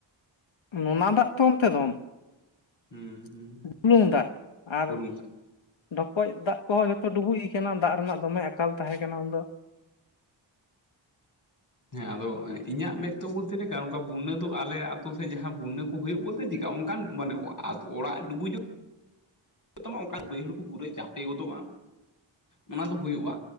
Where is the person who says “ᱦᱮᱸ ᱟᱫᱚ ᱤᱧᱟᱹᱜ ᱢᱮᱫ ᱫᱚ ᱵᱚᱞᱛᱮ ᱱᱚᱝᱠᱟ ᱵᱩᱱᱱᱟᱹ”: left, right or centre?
Left